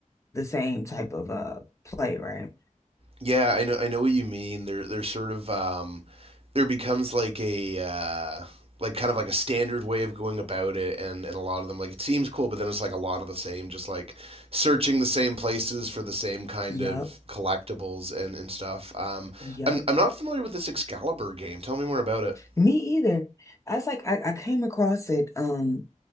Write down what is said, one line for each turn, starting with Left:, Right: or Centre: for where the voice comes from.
Left: the same type of uh play, right?
Right: Yeah, I know, I know what you mean. There, there's sort of, um, there becomes like a, uh, like kind of like a standard way of going about it, and and a lot of them like it seems cool, but then it's like a lot of the same, just like searching the same places for the same kind
Left: Yup.
Right: of collectibles and and stuff. Um,
Left: Yup.
Right: I'm I'm not familiar with this Excalibur game. Tell me more about it.
Left: Me either. I was like, I, I came across it. Um,